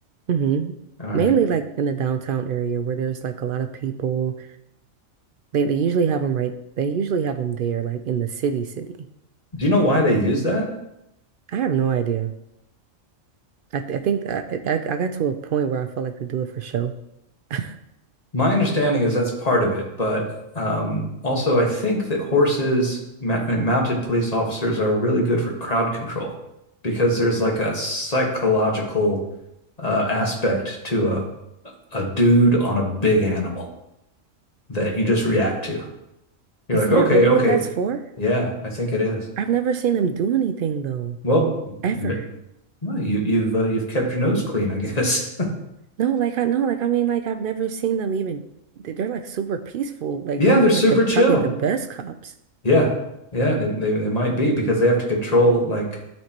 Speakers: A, on the right; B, on the left.
A: hmm
B: All right.
A: Mainly like in the downtown area where there's like a lot of people. They they usually have them right. They usually have them there, like in the city, city.
B: Do you know why they use that?
A: I have no idea. I th I think I, I I got to a point where I felt like they do it for show. <laughs>
B: My understanding is that's part of it, but um, also I think that horses ma- and mounted police officers are really good for crowd control because there's like a psychological uh, aspect to a, a dude on a big animal that you just react to. You're
A: Is
B: like,
A: that
B: okay,
A: really
B: okay,
A: what that's for?
B: yeah, I think it is.
A: I've never seen them do anything though.
B: Well,
A: Ever.
B: m- well you, you've uh, you've kept your nose clean, I guess.
A: No, like I no, like I mean, like I've never seen them even. they- They're like super peaceful.
B: <laughs>
A: Like
B: yeah,
A: those
B: they're
A: are
B: super
A: like the probably
B: chill.
A: the best cops.
B: Yeah, yeah, they, they they might be because they have to control like